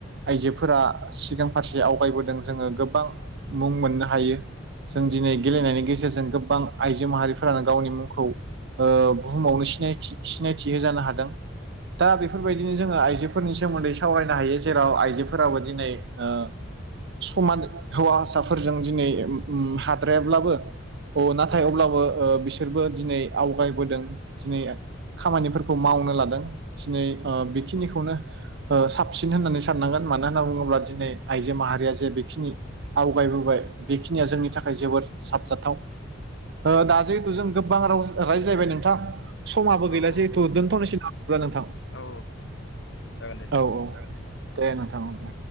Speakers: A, on the right (about 60°); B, on the left (about 65°).
A: आइजोफोरा सिगां फारसे आवगायबोदों जोङो गोबां मुं मोननो हायो। जों दिनै गेलेनायनि गेजेरजों गोबां आइजो माहारिफोरानो गावनि मुंखौ ओ बुहुमावनो सिनायथि सिनायथि होजानो हादों। दा बेफोरबायदिनो जोङो आइजो फोरनि सोमोन्दै सावरायनो हायो जेराव आइजोफोराबो दिनै ओ समान हौवा साफोरजों दिनै मम-म हाद्रायाब्लाबो अ नाथाय अब्लाबो ओ बिसोरबो दिनै आवगायबोदों। दिनै खामानिफोरखौ मावनो लादों दिनै ओ बेखिनिखौनो साबसिन होननानै साननांगोन मानो होनना बुङोब्ला दिनै आइजो माहारिया जे बेखिनि आवगायबोबाय बेखिनिया जोंनि थाखाय जोबोर साबजाथाव। ओ दा जिहेतु जों गोबां राव रायज्लायबाय नोंथां समाबो
B: औ
A: गैला
B: औ
A: जिहेतु दोनथ'नोसै ना <unintelligible> नोंथां?
B: औ। जागोन दे नोंथां
A: औ औ दे नोंथां दे।